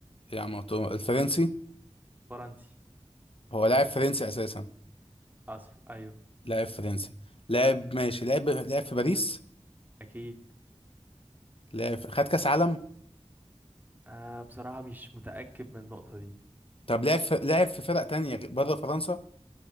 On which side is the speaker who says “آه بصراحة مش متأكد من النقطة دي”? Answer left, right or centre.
Right